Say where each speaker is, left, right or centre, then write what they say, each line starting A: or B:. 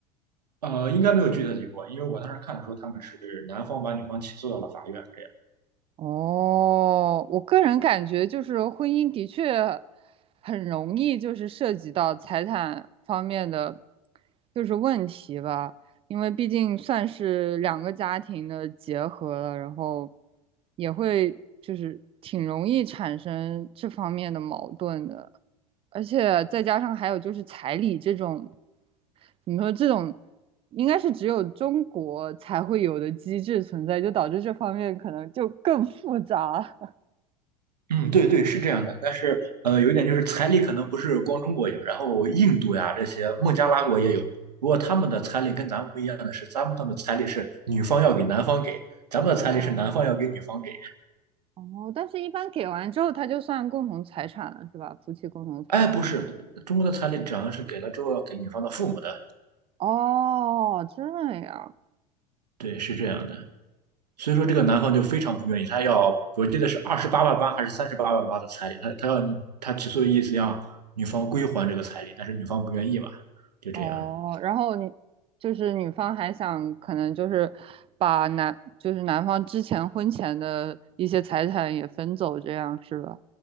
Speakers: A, on the right (about 75°); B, on the right (about 25°).
A: 呃，应该没有具体的结果，因为我当时看的时候，他们是男方把女方起诉到了法院，这样。
B: 哦，我个人感觉就是婚姻的确很容易就是涉及到财产方面的就是问题吧，因为毕竟算是两个家庭的结合了，然后也会就是挺容易产生这方面的矛盾的。而且再加上还有就是彩礼这种，怎么说这种，应该是只有中国才会有的机制存在，就导致这方面可能就更复杂。<laughs>
A: 嗯，对对，是这样的。但是呃，有一点就是彩礼可能不是光中国有，然后印度呀这些孟加拉国也有，不过他们的彩礼跟咱们不一样的是，咱们他们的彩礼是女方要给男方给，咱们的彩礼是男方要给女方给。
B: 哦哦，但是一般给完之后，它就算共同财产了，是吧？夫妻共同财产。
A: 哎，不是，中国的彩礼只要是给了之后要给女方的父母的，
B: 哦，这样。
A: 对，是这样的。所以说这个男方就非常不愿意，他要我记得是二十八万八还是三十八万八的彩礼，他他要他起诉的意思要女方归还这个彩礼，但是女方不愿意嘛，就这样。
B: 哦，然后你就是女方还想可能就是把男就是男方之前婚前的一些财产也分走，这样是吧？